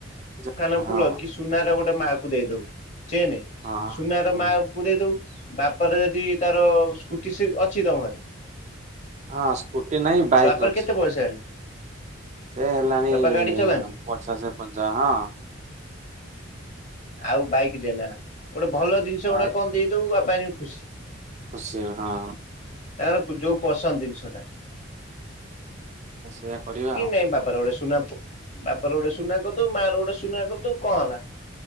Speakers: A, on the right; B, on the left.
A: ଯା-
B: କାନ ଫୁଲ
A: ହଁ
B: କି ସୁନାର ଗୋଟେ ମା କୁ ଦେଇ ଦବୁ ଚେନ୍
A: ହଁ
B: ସୁ
A: ହଁ
B: ମାଙ୍କୁ ଦେଇଦଉ ବାପାର ଯଦି ତାର ସ୍କୁଟି ସେ ଅଛି ତମର
A: ହଁ ସ୍କୁଟି ନାଇଁ ବାଇକ୍
B: ତାପରେ
A: ଅଛି।
B: କେତେ ପଇସା ଆଣି
A: ସେ ହେଲାଣି
B: ବାପା ଗାଡି ଚଲାନ୍ତି
A: ପଚା ସେ ପଞ୍ଚା ହଁ
B: ଆଉ ବାଇକ ଦେନା ଗୋଟେ ଭଲ ଜିନିଷ
A: ବାଇ
B: ଗୋଟେ କଣ ଦେଇଦବୁ ବା ପାଇଁ ଖୁସି।
A: ଖୁସି ହଁ।
B: ତାଙ୍କର ଯୋଉ ପସନ୍ଦ ଜିନିଷ ଟା।
A: ସେଇଆ କରିବା
B: କି
A: ଆଉ
B: ନାଇଁ ବାପାର ଗୋଟେ ସୁନା ପୁ ବାପ ର ଗୋଟେ ସୁନା କରିଦବୁ ମା ର ଗୋଟେ ସୁନା କରିଦବୁ କଣ ହେଲା।